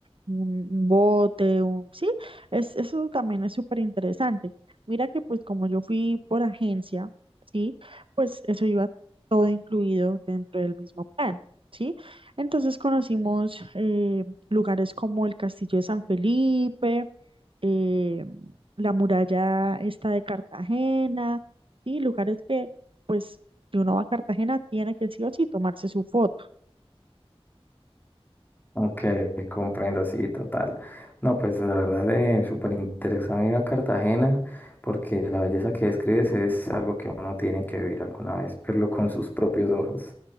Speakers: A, on the right; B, on the left.
A: un un bote, un... Sí, es, eso también es súper interesante. Mira que pues como yo fui por agencia, ¿sí? Pues eso iba todo incluido dentro del mismo plan, ¿sí? Entonces conocimos eh, lugares como el Castillo de San Felipe, eh, la muralla esta de Cartagena, ¿sí? Lugares que pues si uno va a Cartagena tiene que sí o sí tomarse su foto.
B: Ok, comprendo, sí, total. No, pues la verdad es súper interesante ir a Cartagena porque la belleza que describes es algo que uno tiene que vivir alguna vez, verlo con sus propios ojos.